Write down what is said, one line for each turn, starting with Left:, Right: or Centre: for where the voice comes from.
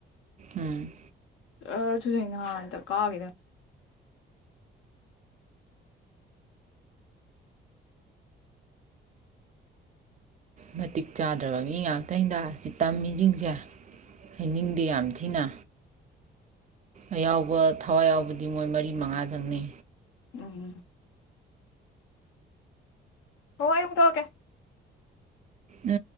Right: ꯎꯝ
Left: ꯑ ꯊꯨꯗꯅꯍꯥꯟꯇ ꯀꯥꯈꯤꯦꯗ
Right: ꯃꯇꯤꯛ ꯆꯥꯗ꯭ꯔꯕ ꯃꯤ ꯉꯥꯛꯇ ꯍꯤꯗꯥꯛ ꯑꯁꯤ ꯇꯝꯃꯤꯁꯤꯡꯁꯦ ꯍꯥꯏꯅꯤꯡꯗꯦ ꯌꯥꯝ ꯊꯤꯅ ꯑꯌꯥꯎꯕ ꯊꯋꯥꯏ ꯌꯥꯎꯕꯗꯤ ꯃꯣꯏ ꯃꯔꯤ ꯃꯉꯥꯗꯪꯅꯤ
Left: ꯎꯝ ꯍ ꯑꯩ ꯑꯃꯨꯛ ꯇꯧꯔꯛꯀꯦ
Right: ꯑ